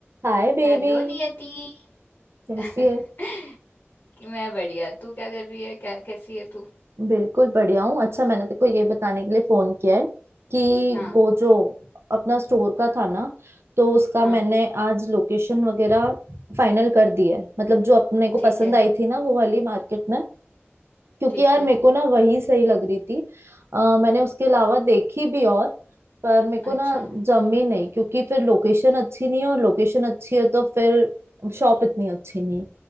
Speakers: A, on the right (about 65°); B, on the left (about 60°).
A: हाय baby
B: Hello नियति
A: कैसी
B: <laughs>
A: है
B: कि मैं बढ़िया तू क्या कर रही है क्या कैसी है तू
A: बिल्कुल बढ़िया हूँ अच्छा मैंने तेको ये बताने के लिए फोन किया है कि
B: हाँ
A: वो जो अपना स्टोर का था ना तो उसका
B: हाँ
A: मैंने आज लोकेशन वगैरह फाइनल कर दिया है मतलब जो अपने को
B: ठीक
A: पसंद
B: है
A: आई थी ना वो वाली मार्केट में क्योंकि
B: ठीक
A: यार
B: है
A: मेरे को ना वही सही लग रही थी अ, मैंने उसके अलावा देखी भी और पर मेरे को
B: अच्छा
A: ना जमी नहीं क्योंकि फिर लोकेशन अच्छी नहीं है और लोकेशन अच्छी है तो फिर शॉप इतनी अच्छी नहीं है